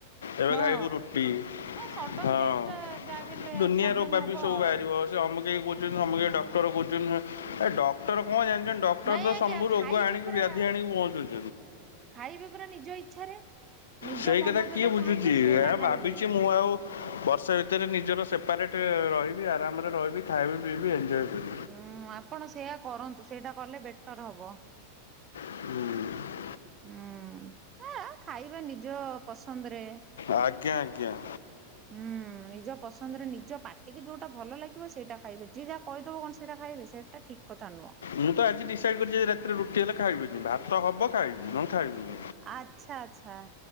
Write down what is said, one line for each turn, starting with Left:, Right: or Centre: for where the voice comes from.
Left: ଏବେ
Right: ହଁ।
Left: ଖାଇବୁ ରୁଟି।
Right: ଅ ସଡନ
Left: ହଁ
Right: ଚେଞ୍ଜ ଟା ଯାହା ବି ହେଲେ
Left: ଦୁନିଆରୁ
Right: ପ୍ରୋବ୍ଲେମ
Left: ପାପି
Right: ହବ
Left: ସବୁ
Right: ଆଉ
Left: ବାହାରିବ ସେ ଅମକେଇ କହୁଛନ୍ତି
Right: ଉଁ।
Left: ଅମକେଇ ଡକ୍ଟର କହୁ ଡକ୍ଟର କଣ ଜାଣିଛଛନ୍ତି ଡକ୍ଟର
Right: ନାଇଁ
Left: ତ
Right: ଆଜ୍ଞା
Left: ସବୁ
Right: ଖାଇବେ
Left: ରୋଗ ଆଣିକି
Right: ପରା
Left: ବ୍ୟାଧି ଆଣିକି ପହଞ୍ଚୁଛି।
Right: ଖାଇବେ ପରା ନିଜ ଇଚ୍ଛାରେ। ନିଜ
Left: ସେଇ
Right: ମନ
Left: କଥା
Right: ଯୋଉଟା
Left: କିଏ ବୁଝୁଛି
Right: ଚାହିଁବ ସେଇଟା
Left: ଏ
Right: ଖାଇବେ।
Left: ଭାବିଛି ମୁଁ ଆଉ ବର୍ଷେ ଭିତରେ ନିଜର ସେପାରେଟ ରହିବି ଆରାମରେ ରହିବି ଖାଇବି ପିଇବି ଏନଞ୍ଜୟେ କରିବି।
Right: ହୁଁ ଆପଣ ସେୟା କରନ୍ତୁ ସେଇଟା କଲେ ବେଟର ହବ।
Left: ହୁଁ।
Right: ହୁଁ ନା ଖାଇବା ନିଜ ପସନ୍ଦରେ
Left: ଆଜ୍ଞା ଆଜ୍ଞା।
Right: ହୁଁ। ନିଜ ପସନ୍ଦରେ ନିଜ ପାଟିକୁ ଯୋଉଟା ଭଲ ଲାଗିବ ସେଇଟା ଖାଇବେ। ଯିଏ ଯାହା କହିଦବ କଣ ସେଇଟା ଖାଇବେ ସେଇଟା ଠିକ୍ କଥା ନୁହଁ।
Left: ମୁଁ ତ ଆଜି ଡିସାଇଡ୍ କରିଛି ଯେ ରାତିରେ ରୁଟି ହେଲେ ଖାଇବିନି ଭାତ ହବ ଖାଇବି ନଲେ ଖାଇବିନି।
Right: ଆଚ୍ଛା, ଆଚ୍ଛା